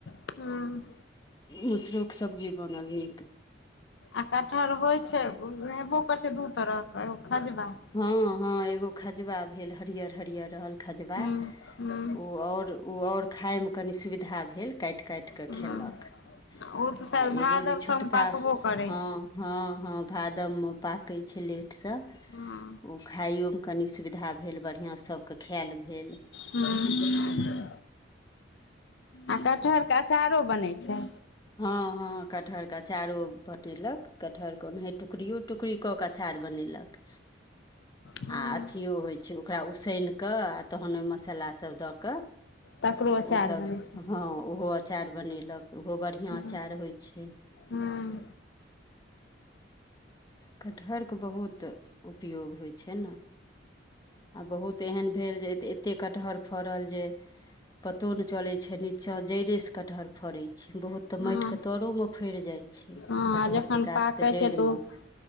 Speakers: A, on the left; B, on the left.
A: हँ।
B: मुसरो के सब्जी बनल निक
A: आ कटहर होइ छै हेबो कर छै दू तरह के एो खजबा
B: ह, ह एगो खजुा भेल हरियर हरियर रहल खजुबा
A: हूं हूं
B: ओ आओर आओर खाइमे कनि सुविधा भेल काटि काटि कऽ
A: हूं
B: खेल कऽ
A: ओ तऽ शायद
B: आ
A: भादव
B: एगो जे छोटका
A: सम पाकबो करै
B: हँ
A: छै
B: ह, ह भादम मे पाकै छै लेटसँ
A: हूं
B: ओ खाइयो मे कनि सुविधा भेल बढ़िआ सभके खायल भेल
A: ह। आ कटहर के अचारो बनैत छै।
B: ह, ह कटहर के अचारो पटेलक कटहर के ओनाह टुकड़ियो टुकड़ी कऽ कऽ अचार बनेलक
A: हूं
B: आ अथियो होइ छै ओ ओकरा उसन कऽ आ तहन ओहि मसाला सभ दऽ कऽ
A: तकरो
B: तऽ
A: अचार
B: ओसभ
A: बनै छै
B: ह ओहो अचार बनेलक तऽ ओहो बढ़ आर
A: हूं
B: होइ छै।
A: हूं हूं
B: कटहर के बहुत उपयोग होइ छै न। बहुत एहन भेल जे एते कटहर फड़ल जे पतो नहि चले छै, नीचा जड़े से कटहर फड़े छै बहुत तऽ माटिके
A: हँ
B: तरोमे फड़ि जाइ छै,
A: हँ
B: कटहर
A: आ जखन
B: के गाछ
A: पाकै
B: के जड़िमे
A: छै तऽ ओ